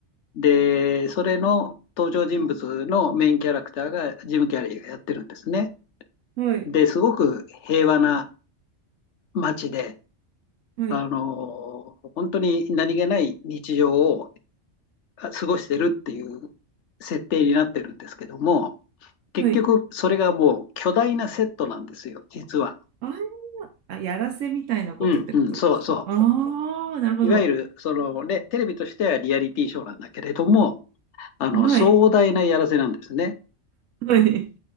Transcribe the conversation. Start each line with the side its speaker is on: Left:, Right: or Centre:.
Left: で、それの登場人物のメインキャラクターがジム・キャリーがやってるんですね。
Right: はい、
Left: で、すごく平和な街で、
Right: はい、
Left: あの、本当に何気ない日常を過ごしてるっていう設定になってるんですけども、結局、
Right: はい。
Left: それがもう巨大なセットなんですよ、実は。
Right: ああ、やらせみたいなことってことですかあ
Left: うん、うん、そうそう。
Right: あー、なるほど。
Left: いわゆる、そのね、テレビとしてはリアリティショーなんだけれども、あの、
Right: はい、
Left: 壮大なやらせなんですね。
Right: はい、